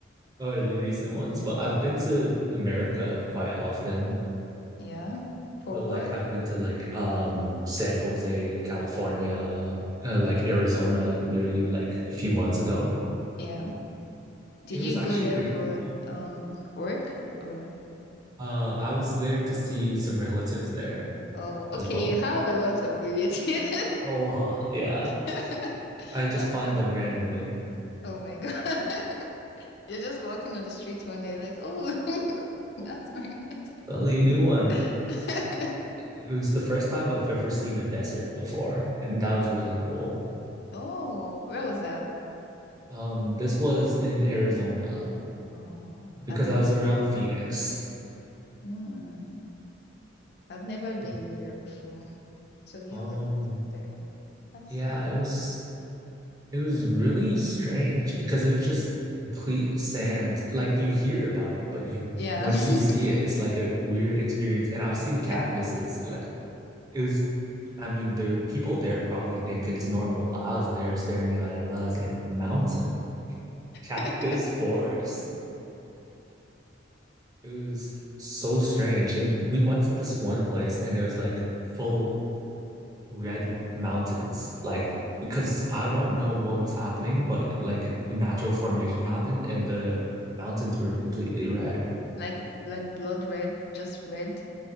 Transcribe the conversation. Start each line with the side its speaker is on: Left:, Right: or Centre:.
Right: or recent ones, but I've been to America quite often.
Left: one. Yeah, for
Right: But
Left: work.
Right: like I've been to like um San Jose, California, uh, like Arizona, literally like a few months ago.
Left: Yeah, did
Right: It was
Left: you
Right: actually
Left: go there
Right: pretty
Left: for
Right: cool.
Left: um work or?
Right: Uh, I was there to see some relatives there
Left: Oh,
Right: as
Left: okay,
Right: well.
Left: you have a lot of relatives.
Right: Oh, huh, yeah.
Left: <laughs>
Right: I just
Left: That's
Right: find
Left: nice.
Right: them randomly.
Left: Oh my God. <laughs> You're just walking on the street one day, like, oh, <laughs>
Right: Oh,
Left: that's my pet.
Right: suddenly a new one.
Left: <laughs>
Right: It was the first time I've ever seen a desert before, and that was really cool.
Left: Oh, where was that?
Right: Um, this was in Arizona
Left: Oh,
Right: because
Left: I've never
Right: I was
Left: been.
Right: around Phoenix.
Left: Hmm, I've never been
Right: Mhm.
Left: there before. So they
Right: Um,
Left: have a desert there. That's
Right: yeah,
Left: nice.
Right: it was it was really strange because it was just complete sand. Like you hear about it, but you
Left: Yeah.
Right: once you
Left: <laughs>
Right: see it, it's like a weird experience. And I've seen
Left: Yeah.
Right: cactuses like it was I mean, the people there probably think it's normal, but I was there staring at it and I was like, mountain, cactus,
Left: <laughs>
Right: forest. It was so strange. And we went to this one place and it was like full red mountains like because I
Left: Wow.
Right: don't know what was happening but like natural formation happened and the mountains were completely red
Left: Like like blood red, just red.